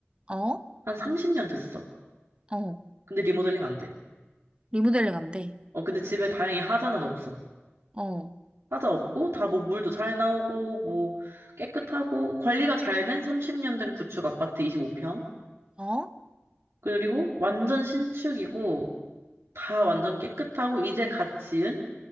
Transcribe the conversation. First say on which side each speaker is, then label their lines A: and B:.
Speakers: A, on the right (about 25°); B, on the right (about 85°).
A: 어?
B: 한 30년 됐어.
A: 어.
B: 근데 리모델링 안 돼.
A: 리모델링 안 돼.
B: 어, 근데 집에 다행히 하자는 없어.
A: 어.
B: 하자 없고, 다 뭐 물도 잘 나오고, 뭐 깨끗하고, 관리가 잘 된 30년 된 구축 아파트 25평.
A: 어?
B: 그리고 완전 신축이고, 다 완전 깨끗하고, 이제 갓 지은